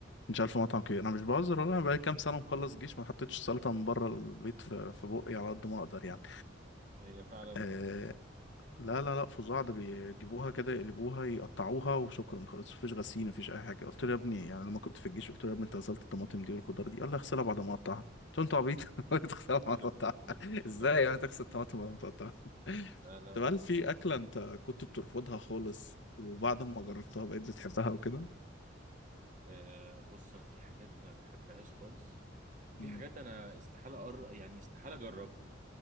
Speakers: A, on the left; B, on the right.
A: كنت شغال في مطعم كبير انا مش بهزر والله انا بقالي كام سنه مخلص جيش ما حطيتش سلطه من بره البيت في في بقي على قد ما اقدر يعني
B: هي فعلا
A: آه، لا لا لا فظاع ده بيجيبوها كده يقلبوها يقطعوها وشكرا خلاص مفيش غسيل مفيش اي حاجه قلت له يا ابني يعني لما كنت في الجيش قلت له يا ابني انت غسلت الطماطم دي والخضار دي قال لي اغسلها بعد ما اقطعها قلت له انت عبيط <laughs> تغسلها
B: مشكلة
A: بعد ما تقطعها
B: مشكلة كبيرة
A: ازاي
B: طبعا
A: يعني تغسل الطماطم بعد ما تقطعها <laughs>
B: لا لا
A: طب هل
B: أنا-
A: في اكله انت كنت بترفضها خالص وبعد ما جربتها بقيت بتحبها وكده
B: آه، بص أنا في حاجات ما بحبهاش خالص في
A: مم.
B: حاجات أنا استحالة أقر يعني استحالة أجربها